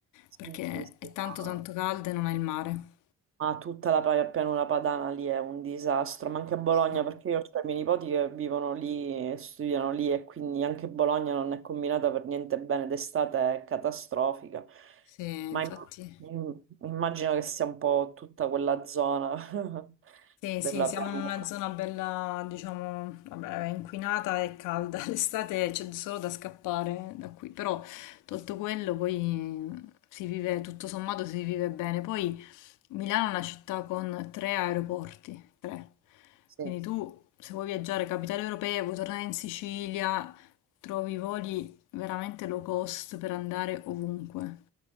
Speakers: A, on the right; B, on the left.
A: Sì,
B: perché
A: sì, sì,
B: è tanto
A: no.
B: tanto caldo e non ha il mare.
A: Ma tutta la pa- pianura padana lì è un disastro, ma anche a Bologna,
B: Sì.
A: perché io ho i miei nipoti che vivono lì, e studiano lì e quindi anche Bologna non è combinata per niente bene, d'estate è catastrofica.
B: Sì,
A: Ma
B: infatti.
A: imm- imm- immagino che sia un po' tutta quella zona <laughs>
B: Sì,
A: della
B: sì, siamo
A: pianura.
B: in una zona bella, diciamo, vabbè, inquinata e calda. <laughs> L'estate c'è solo da scappare da qui, però tolto quello poi si vive, tutto sommato si vive bene. Poi Milano è una città con tre aeroporti, tre.
A: Sì.
B: Quindi tu, se vuoi viaggiare capitale europea, vuoi tornare in Sicilia, trovi voli veramente low cost per andare ovunque.